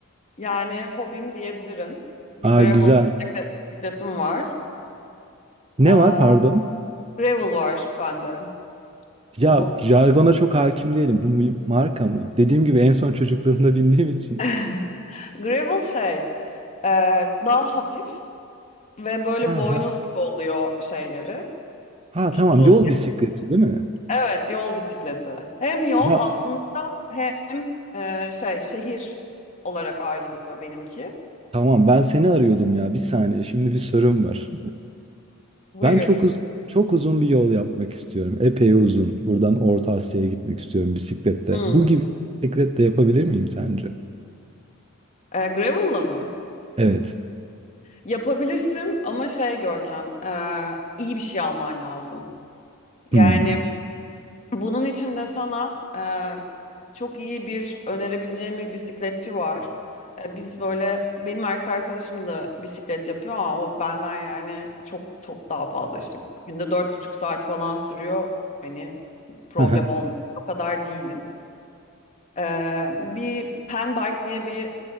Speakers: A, on the left; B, on the right.
A: yani hobim diyebilirim. Bir
B: Aa
A: gravel
B: güzel.
A: bisikletim var.
B: Ne
A: Aa,
B: var pardon?
A: gravel var bende.
B: Ya
A: Bu
B: jargona çok hakim değilim. Bu bir marka mı? Dediğim gibi en son çocukluğumda <laughs> bindiğim için.
A: <laughs> gravel şey e, daha hafif ve böyle
B: Ha,
A: boynuz
B: ha.
A: gibi oluyor şeyleri
B: Ha
A: tuttuğu.
B: tamam yol bisikleti değil mi?
A: Evet, yol bisikleti. Hem yol
B: Ya
A: aslında hem e, şey şehir olarak ayrılıyor benimki.
B: Tamam, ben seni arıyordum ya. Bir saniye, şimdi bir sorum var. <laughs>
A: Buyur.
B: Ben çok uz çok uzun bir yol yapmak istiyorum. Epey uzun. Buradan Orta Asya'ya gitmek istiyorum bisiklette.
A: Hı.
B: Bu gibi bisikletle yapabilir miyim sence?
A: E, gravel'la mı?
B: Evet.
A: Yapabilirsin ama şey Görkem, e, iyi bir şey alman lazım. Yani
B: Hmm.
A: Bunun için de sana eee, çok iyi bir önerebileceğim bir bisikletçi var. E, biz böyle benim erkek arkadaşım da bisiklet yapıyor ama o benden yani çok çok daha fazla işte günde dört buçuk saat falan sürüyor. Hani problem
B: Aha.
A: olmuyor. O kadar değilim. Eee, bir Pen Bike diye bir